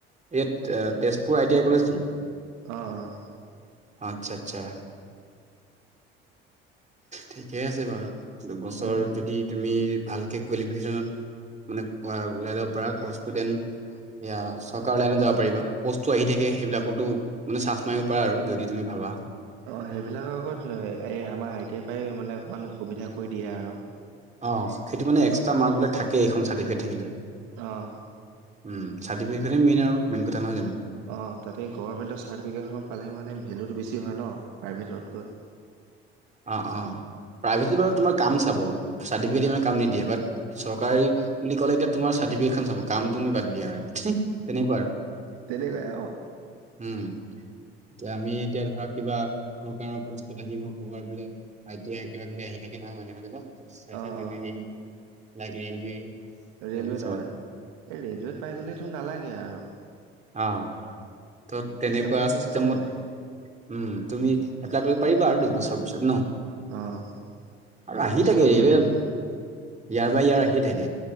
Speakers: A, on the right (about 25°); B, on the right (about 70°).
A: ইয়াত Tezpur I T I college নি
B: অ অ
A: আচ্ছা আচ্ছা ঠিকে আছে বাৰু দুবছৰ
B: উম
A: যদি তুমি ভালকে কোৱালিফিকেচনত মানে ওলাই লব পৰা কৰ্চটো দেন এয়া চৰকাৰৰ লাইনত যাব পাৰিবা। প'ষ্টটো আহি থাকে সেইবিলাকতো মানে চান্স মাৰিব পাৰা আৰু যদি তুমি ভাবা।
B: অঁ সেইবিলাকৰ আগত তু এ এ আমাৰ আই টি আই পাই মানে অকমান সুবিধা কৰি দিয়ে আৰু।
A: অ', সেইটো মানে এক্টা মাৰ্কবিলাক থাকে, এইখন চাৰ্টিফিকেট থাকিলে।
B: অহ।
A: উম চাৰ্টিফিকেট খনে মেইন আৰু মেইন কথা নহয় জানো?
B: অ', তাতে গভমেণ্টৰ চাৰ্টিফিকেট খন পালে মানে ভেলুটো বেছি হয় ন প্ৰাইভেটতকৈ।
A: অঁ অঁ, প্ৰাইভেটত বাৰু তোমাৰ কাম চাব চাৰ্টিফিকেট দি মানে কাম নিদিয়ে, বাত চৰকাৰী বুলি ক'লে এতিয়া তোমাৰ চাৰ্টিফিকেটখন চাব কাম তুমি বাদ দিয়া আৰু তেনেকুৱা আৰু।
B: তেনেকাই আও
A: উম এতিয়া আমি এতিয়া ধৰা কিবা চৰকাৰৰ পষ্টত আহিব কৰবাত বুলে আই টি আই কিবা কিবি আহি থাকে নহয় মাজে মাজে ন, ত চাই
B: অ',
A: চাই থাকিবি ৰে এনে লাইক ৰেলৱে
B: ৰেলৱে
A: তাৰপিছত
B: নৰ এই ৰেলৱেত পাই গ'লেতো নালাগে আৰু
A: আহ ত
B: ৰেলৱে
A: তেনেকুৱা
B: চাকৰি নিচিনা
A: চিষ্টেমত
B: চাকৰি নাই
A: উম তুমি এপ্লাই কৰিব পাৰিবা আৰু দুবছৰ পিছত ন
B: অ',
A: আৰু
B: এইটো
A: আহি
B: বছৰটো
A: থাকে ৰেলৱে
B: গ'লেই
A: ইয়াৰ বাই ইয়াৰ আহিয়ে থাকে